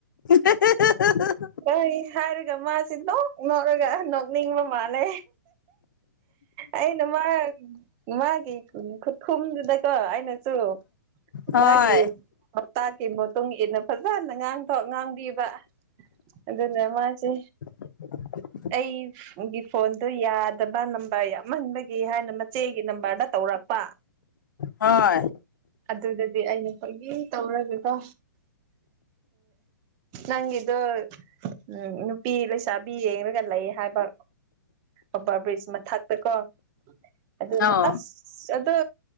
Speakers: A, on the left; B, on the right.
A: <unintelligible>
B: ꯀ ꯍꯥꯏꯔꯒ ꯃꯥꯁꯤ ꯅꯣꯛ ꯅꯧꯔꯒ ꯅꯣꯛꯅꯤꯡꯕ ꯃꯥꯜꯂꯦ ꯑꯩꯅ ꯃꯥ ꯃꯥꯒꯤ ꯈꯨꯠꯈꯨꯝꯗꯨꯗꯀꯣ ꯑꯩꯅꯁꯨ
A: ꯍꯣꯏ
B: ꯃꯥꯒꯤ ꯄꯣꯛꯇꯥꯛꯀꯤ ꯃꯇꯨꯡ ꯏꯟꯅ ꯐꯖꯅ ꯉꯥꯡꯊꯣꯛ ꯉꯥꯡꯕꯤꯕ ꯑꯗꯨ ꯅ ꯃꯥꯁꯦ
A: ꯎ
B: ꯑꯩꯒꯤ ꯐꯣꯟꯗꯨ ꯌꯥꯗꯕ ꯅꯝꯕꯔ ꯌꯥꯝꯍꯟꯕꯒꯤ ꯍꯥꯏꯅ ꯃꯆꯦꯒꯤ ꯅꯝꯕꯔꯗ ꯇꯧꯔ ꯆꯄꯥ
A: ꯍꯣꯏ
B: ꯑꯗꯨꯗꯗꯤ ꯑꯩꯅ ꯈꯣꯏꯒꯤ ꯇꯧꯔꯒꯀꯣ ꯅꯪꯒꯤꯗꯣ ꯎꯝ ꯅꯨꯄꯤ ꯂꯩꯁꯥꯕꯤ ꯌꯦꯡꯒ ꯂꯩ ꯍꯥꯏꯕ ꯑꯕꯥ ꯕ꯭ꯔꯤꯖ ꯃꯊꯛꯇ ꯀꯣ ꯑꯗꯨꯅ
A: ꯑꯧ
B: ꯑꯁ ꯑꯗꯨ